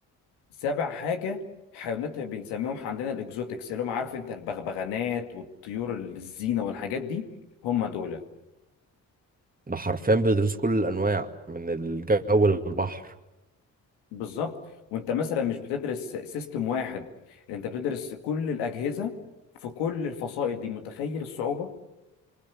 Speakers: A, on the left; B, on the right.
A: سابع حاجة حيوانات بنسميهم عندنا الإكزوتكس اللي هم عارف أنت البغبغانات والطيور الزينة والحاجات دي هم دول
B: ده حرفيا بيدرسوا كل الانواع من الجو للبحر
A: بالظبط وأنت مثلا مش بتدرس سيستم واحد أنت بتدرس كل الأجهزة في كل الفصائل دي متخيل الصعوبة